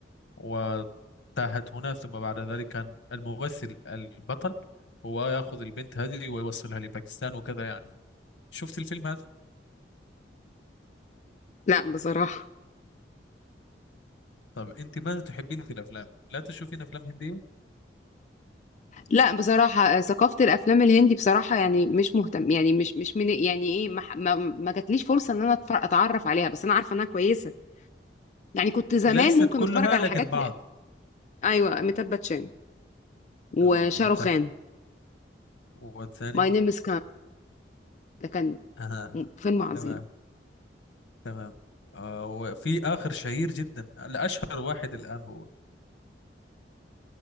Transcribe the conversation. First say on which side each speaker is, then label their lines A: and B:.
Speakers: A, on the left (about 85°); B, on the left (about 40°).
A: وتاهت هنا ثم بعد ذلك كان الممثل البطل هو ياخذ البنت هذه ويوصلها لباكستان وكذا يعني شفت الفيلم هذا
B: لا بصراحة
A: طب انت ماذا تحبين في الافلام لا تشوفين افلام هنديه
B: لا بصراحة آه، ثقافة الافلام الهندي بصراحة يعني مش مهتم يعني مش مش من يعني ايه ما ح- ما, ما جاتليش فرصة ان انا أتفر- اتعرف عليها بس انا عارفة انها كويسة يعني كنت زمان
A: ليست
B: ممكن
A: كلها
B: اتفرج على
A: لكن
B: حاجات
A: بعض
B: ل- ايوه أميتاب باتشان
A: تمام
B: وشاروخان
A: اميتاب والثاني
B: ماي نيم از ده كان
A: آه.
B: م- فيلم عظيم
A: تمام تمام آه وفي آخر شهير جدا الأشهر واحد الآن هو